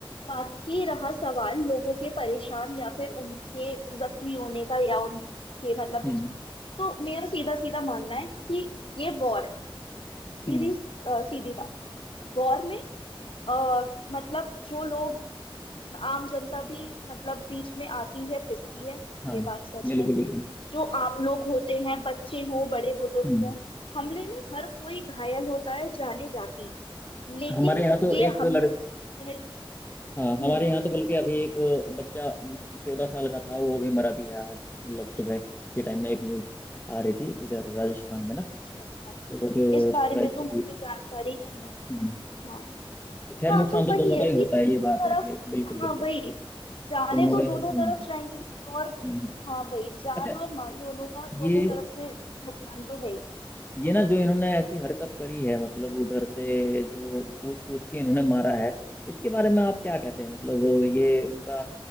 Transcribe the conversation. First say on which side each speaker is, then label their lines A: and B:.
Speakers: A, on the left; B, on the left.
A: बाकी रहा सवाल लोगों के परेशान या फिर उनके जख्मी होने का या उनके मतलब
B: हम्म
A: बीच तो मेरा सीधा सीधा मानना है कि ये वॉर है सीधी
B: हम्म
A: अ, सीधी बात वॉर में आ, मतलब जो लोग आम जनता भी मतलब बीच में आती है पिसती है
B: हाँ
A: ये बात सच
B: बिल्कुल
A: है
B: बिल्कुल
A: जो आम लोग होते हैं बच्चे हों बड़े बुजुर्ग
B: हम्म
A: हों हमले में हर कोई घायल होता है जाने जाती लेकिन
B: हमारे यहाँ तो
A: ये
B: एक
A: हमने
B: लड़
A: खुद से हम्म
B: हाँ हमारे यहाँ तो बल्कि अभी एक बच्चा चौदह साल का था वो भी मरा भी है आज मतलब सुबह के टाइम में एक न्यूज आ रही थी इधर राजस्थान में ना
A: अच्छा अच्छा
B: तो जो
A: इस बारे
B: स्ट्राइकिंग
A: में तो मुझे
B: हुई थी
A: जानकारी नहीं है
B: हम्म
A: हाँ
B: तो खैर
A: हाँ
B: नुकसान
A: तो
B: तो
A: वही
B: दोनों
A: है
B: का ही
A: कि
B: होता
A: दोनों
B: है ये बात
A: तरफ
B: है कि बिल्कुल बिल्कुल
A: हाँ वही जाने
B: दोनों
A: तो
B: का ही
A: दोनों
B: नुकसान
A: तरफ
B: होता है
A: जाएंगी और
B: हम्म हम्म।
A: हाँ वही जान
B: अच्छा
A: और माल दोनों का दोनों
B: ये
A: तरफ से नुकसान तो है ही
B: ये ना जो इन्होंने ऐसी हरकत करी है मतलब उधर से जो पूछ पूछ के इन्होंने मारा है इसके बारे में आप क्या कहते हैं मतलब ये उनका